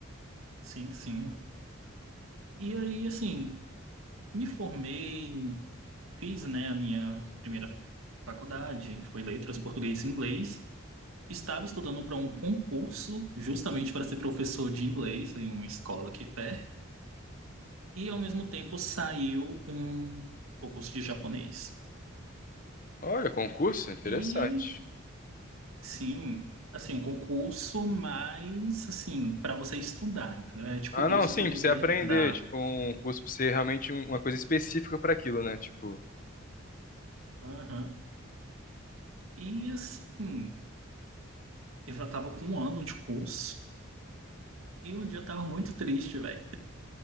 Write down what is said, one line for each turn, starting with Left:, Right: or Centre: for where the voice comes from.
Right: sim, sim. E aí, assim, me formei, fiz, né, a minha primeira faculdade, que foi Letras, Português e Inglês. Estava estudando para um concurso, justamente para ser professor de inglês em uma escola aqui perto. E ao mesmo tempo saiu um concurso de japonês.
Left: Olha, concurso, interessante.
Right: E sim, assim, um concurso, mas assim, para você estudar, entendeu? É tipo
Left: Ah,
Right: bolsa
Left: não, sim,
Right: que o governo
Left: pra você aprender,
Right: dá.
Left: tipo, um curso pra ser realmente um- uma coisa específica pra aquilo, né? Tipo,
Right: Aham. E assim, eu já tava com um ano de curso e um dia eu tava muito triste, velho,